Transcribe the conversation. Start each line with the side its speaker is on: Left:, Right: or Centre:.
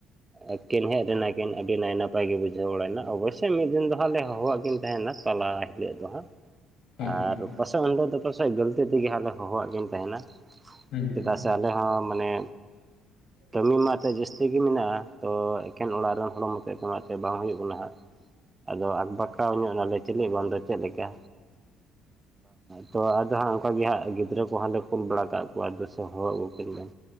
Right: ᱟᱹᱠᱤᱱ ᱦᱮᱡ ᱞᱮᱱᱟᱠᱤᱱ ᱟᱹᱰᱤ ᱱᱟᱭ ᱱᱟᱯᱟᱭ ᱱᱟᱯᱟᱭ ᱜᱮ ᱵᱩᱡᱷᱟᱹᱣ ᱵᱟᱲᱟᱭᱱᱟ ᱚᱵᱚᱥᱥᱳᱭ ᱢᱤᱫ ᱫᱤᱱ ᱫᱚ ᱦᱟᱸᱜ ᱞᱮ ᱦᱚᱦᱚᱣᱟᱜ ᱠᱤᱱ ᱛᱟᱦᱮᱱᱟ᱾ ᱛᱟᱞᱟ ᱦᱤᱞᱳᱜ ᱫᱚ ᱦᱟᱸᱜ᱾
Left: ᱦᱩᱸ
Right: ᱟᱨ ᱯᱟᱥᱮᱫ ᱩᱱ ᱦᱤᱞᱚᱜ ᱫᱚ ᱯᱟᱥᱮᱫ ᱜᱟᱹᱞᱛᱤ ᱛᱮᱜᱮ ᱦᱟᱸᱜ ᱞᱮ ᱦᱚᱦᱚᱣᱟᱜ ᱠᱤᱱ ᱛᱟᱦᱮᱱᱟ
Left: ᱦᱩᱸ
Right: ᱪᱮᱫᱟᱜ ᱥᱮ ᱥᱮ ᱟᱞᱮ ᱦᱚᱸ ᱢᱟᱱᱮ
Left: <inaudible>
Right: ᱠᱟᱹᱢᱤ ᱢᱟ ᱮᱛᱮᱫ ᱡᱟᱹᱥᱛᱤ ᱜᱮ ᱢᱮᱱᱟᱜᱼᱟ ᱛᱚ ᱮᱠᱮᱱ ᱚᱲᱟᱜ ᱨᱮᱱ ᱦᱚᱲ ᱢᱚᱛᱚ ᱚᱱᱟᱛᱮ ᱵᱟᱝ ᱦᱩᱭᱩᱜ ᱠᱟᱱᱟ ᱦᱟᱸᱜ᱾ ᱟᱫᱚ ᱟᱠᱵᱟᱠᱟᱣ ᱧᱚᱜ ᱱᱟᱞᱮ ᱪᱮᱞᱮ ᱵᱟᱝᱫᱚ ᱪᱮᱫ ᱞᱮᱠᱟ ᱛᱚ ᱟᱫᱚ ᱦᱟᱸᱜ ᱚᱱᱠᱟ ᱜᱮ ᱦᱟᱸᱜ ᱜᱤᱫᱽᱨᱟᱹ ᱠᱚ ᱦᱟᱱᱰᱮ ᱠᱩᱞ ᱵᱟᱲᱟ ᱠᱟᱜ ᱠᱚᱣᱟ ᱫᱚᱥᱮ ᱦᱚᱦᱚ ᱟᱹᱜᱩᱠᱤᱱ ᱵᱮᱱ᱾